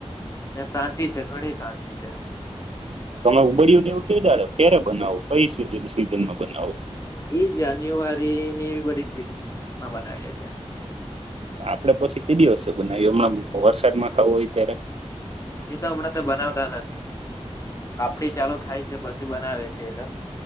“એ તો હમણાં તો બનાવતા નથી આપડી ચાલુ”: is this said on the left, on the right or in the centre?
Left